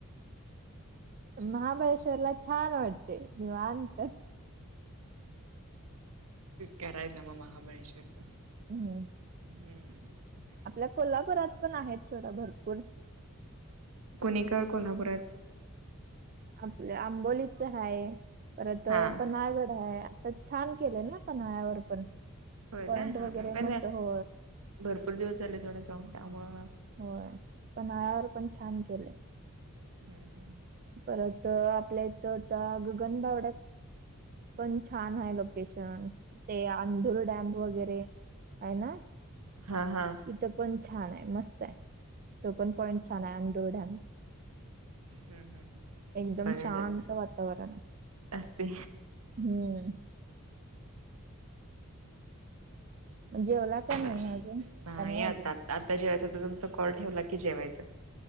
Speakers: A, on the right; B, on the right.
A: महाबळेश्वर ला छान वाटतय निवांत.
B: करायच म महाबळेश्वरच.
A: हम्म
B: हम्म
A: आपल्या कोल्हापुरात पण आहेत सोडा भरपूर.
B: कुणीकड कोल्हापुरात.
A: आपल आंबोलीच आहे. परत
B: हा
A: पन्हाळगड आहे. तर छान केलेय पन्हाळ्यावर पण.
B: होय
A: पॉइंट
B: काय हा
A: वगैरे
B: मग पण
A: मस्त हो
B: भरपूर दिवस झाले सोडा जाऊन त्यामुळं हम्म
A: होय पन्हाळ्यावर पण छान केले.
B: हम्म हम्म
A: परत आपल्या इथ आता गगनबावड्यात पण छान आहे लोकेशन‌. ते अंधूर डॅम वगैरे आहे ना
B: हा हा
A: तिथ पण छान आहे. मस्त आहे. तो पण पॉइंट छान आहे अंंदूर डॅम.
B: हम्म हम्म हम्म
A: एकदम
B: बघायच
A: शांत
B: आता.
A: वातावरण आहे
B: असते
A: हम्म जेवला का
B: नाही
A: अजून? का नाही
B: आता,
A: अजून
B: आता जेवायच आता तुमचा कॉल ठेवला की जेवायच.